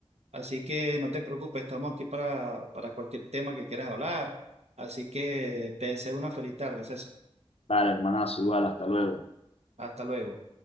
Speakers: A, on the right; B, on the left.
A: Así que no te preocupes, estamos aquí para, para cualquier tema que quieras hablar. Así que te deseo una feliz tarde, César.
B: Vale, hermanazo, igual, hasta luego.
A: Hasta luego.